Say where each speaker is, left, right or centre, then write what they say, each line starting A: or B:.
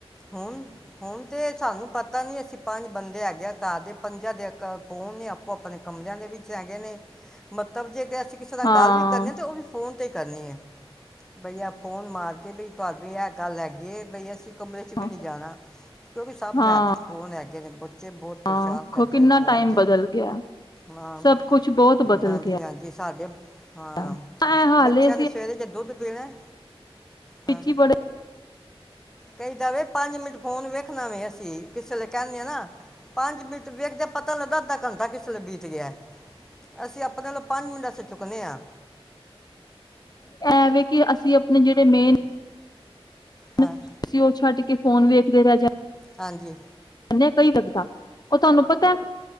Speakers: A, in the centre; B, on the left (about 40°).
A: ਹੁਣ ਹੁਣ ਤੇ ਸਾਨੂੰ ਪਤਾ ਨੀ ਅਸੀਂ ਪੰਜ ਬੰਦੇ ਹੈਗੇ ਆ ਘਰ ਦੇ ਪੰਜਾਂ ਦੇ ਅਲੱਗ ਅਲਗ ਫੋਨ ਨੇ ਆਪੋ- ਆਪਣੇ ਕਮਰਿਆਂ ਦੇ ਵਿੱਚ ਹੈਗੇ ਨੇ ਮਤਲਬ ਜੇ ਤੇ ਅਸੀਂ ਕਿਸੇ ਨਾਲ
B: ਹਾਂ-ਹਾਂ,
A: ਗੱਲ ਵੀ ਕਰਨੀ ਐ ਤਾਂ ਵੀ ਫੋਨ ਤੇ ਕਰਨੀ ਹੈ ਬਈਆ ਫੋਨ ਮਾਰ ਕਿ ਬਈ ਤੁਹਾਡੇ ਵੀ ਇਹ ਗੱਲ ਹੈਗੀ। ਬਈਆ ਸੀ ਕਮਰੇ ਚ ਵੀ
B: ਹਾਂ
A: ਨਹੀਂ ਜਾਣਾ, ਕਿਉਂਕਿ ਸਭ
B: ਹਾਂ
A: ਦੇ ਹੱਥ ਚ ਫੋਨ ਹੈਗੇ। ਜਿਹਦੇ ਬੱ ਬੱਚੇ ਬਹੁਤ ਪਰੇਸ਼ਾਨ
B: ਹਾਂ ਖੋ
A: ਕਰਦੇ
B: ਕਿੰਨਾ
A: ਨੇ ਫੋਨ
B: ਟਾਈਮ
A: ਤੇ
B: ਬਦਲ ਗਿਆ,
A: ਹਾਂ,
B: ਸਭ ਕੁਛ ਬਹੁਤ ਬਦਲ
A: ਹਾਂਜੀ- ਹਾਂਜੀ ਸਾਡੇ ਹਾਂ,
B: ਗਿਆ। ਐ ਹਾਲੇ
A: ਬੱਚਿਆਂ ਨੇ ਸਵੇਰੇ ਜੇ ਦੁੱਧ ਪੀਣਾ
B: ਪਿੱਛੀ
A: ਹਾਂ
B: ਪੜੇ
A: ਕਈ ਦਾਵੇ ਪੰਜ ਮਿੰਟ ਫੋਨ ਵੇਖਣਾ ਵੇ ਅਸੀਂ ਕਿਸੇ ਵੇਲੇ ਕਹਿੰਨੇ ਆ ਨਾ, ਪੰਜ ਮਿੰਟ ਵੇਖਦੇ, ਪਤਾ ਲੱਗਾ ਅੱਧਾ ਘੰਟਾ ਕਿਸ ਵੇਲੇ ਬੀਤ ਗਿਆ ਅਸੀਂ ਆਪਣੇ ਪੰਜ ਮਿੰਟ ਵਾਸਤੇ ਚੁੱਕਨੇ ਆਂ।
B: ਐ ਵੇ ਕਿ ਅਸੀਂ ਆਪਣੇ ਜਿਹੜੇ ਮੇਨ
A: ਹਾਂ
B: ਅਸੀ ਉਹ ਛੱਡ ਕੇ ਫ਼ੋਨ ਵੇਖਦੇ ਰਹਿ ਜਾ
A: ਹਾਂਜੀ
B: ਨਈ ਲੱਗਦਾ ਉਹ ਤੁਹਾਨੂੰ ਪਤਾ